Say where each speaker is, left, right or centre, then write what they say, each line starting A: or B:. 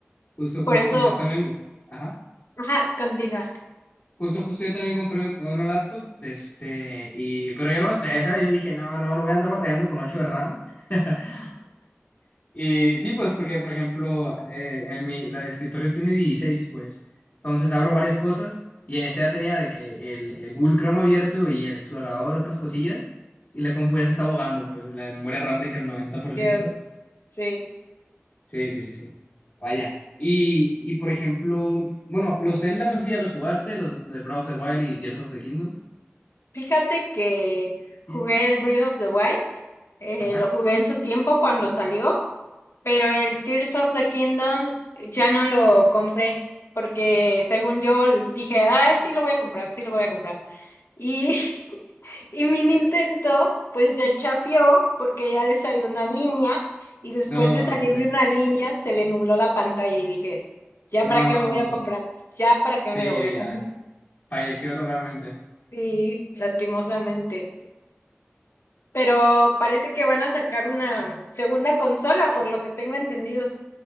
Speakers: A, on the left; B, on the left.
A: Justo, justo,
B: Por eso,
A: yo también, ajá.
B: ajá, continúa.
A: Justo, justo, yo también compré una laptop, este, y, pero yo no batallé, ¿sabes? Yo dije, no, no, no voy a andar batallando con 8 de RAM. <laughs> Y sí, pues porque, por ejemplo, eh, en mi, la de escritorio tiene 16 pues. Entonces abro varias cosas y en esta ya tenía de que el, el Google Chrome abierto y el explorador, otras cosillas. Y la compu ya se está abogando, pues la memoria RAM de que el noventa por
B: Dios,
A: ciento
B: sí.
A: Sí, sí, sí, sí. Vaya. Y, y por ejemplo, bueno, los Zelda, no sé si ya los jugaste, los de Breath of the Wild y Tears of the Kingdom.
B: Fíjate que jugué
A: Years.
B: el Breath of the Wild. eh,
A: Ajá.
B: lo jugué en su tiempo cuando salió pero el Tears of the Kingdom ya no lo compré, porque según yo dije, ah, sí lo voy a comprar, sí lo voy a comprar. Y, <laughs> y mi Nintendo, pues ya chafió, porque ya le salió una línea, y después
A: No,
B: de salirle
A: hombre.
B: una línea, se le nubló la pantalla y dije, ya
A: No.
B: para qué me voy a comprar, ya para qué
A: Sí,
B: me lo voy a
A: ya.
B: comprar. <laughs>
A: Falleció totalmente.
B: Sí, lastimosamente. Pero parece que van a sacar una segunda consola, por lo que tengo entendido.